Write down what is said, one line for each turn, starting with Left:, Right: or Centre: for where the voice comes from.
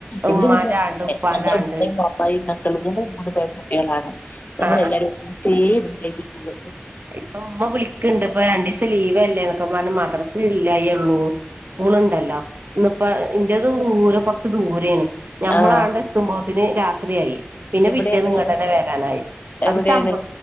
Left: ഇന്റെ
Right: ഉമ്മാന്റെ
Left: വീട്ടില്
Right: ആണ്ട് ഉപ്പാന്റെ
Left: ഞങ്ങള്
Right: ആണ്ട്
Left: ഉമ്മയും പാപ്പായും മക്കളും ഞങ്ങള് മൂന്ന് പെൺകുട്ടികളാണ്. ഞങ്ങളെല്ലാരും
Right: ആ
Left: ചേയ് ഇരുന്നെഴ്തീട്ടുണ്ട്.
Right: ഇപ്പൊമ്മ വിളിക്കണ്ട് ഇപ്പൊ രണ്ടീസം ലീവല്ലേ പ്പൊമ്മറഞ്ഞു മദ്റസില്ലായൊള്ളൂ സ്കൂള്ണ്ടല്ലോ ഇന്ന്പ്പാ ഇന്റത്ഊര കൊറച്ച് ദൂരേണ്. ഞമ്മളാണ്ടെത്തുമ്പോത്തിന്
Left: ആഹ്
Right: രാ ത്രിയായി പിന്നെ
Left: എവിടെയാണ്
Right: പിറ്റേന്ന് ഇങ്ങട്ടന്നെ വരാനായി
Left: എവിടെയാണ്
Right: അത് ചമ്പ്ര